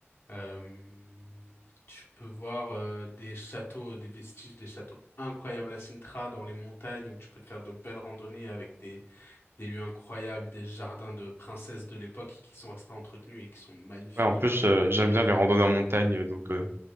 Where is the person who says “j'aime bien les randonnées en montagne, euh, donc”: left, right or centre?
Right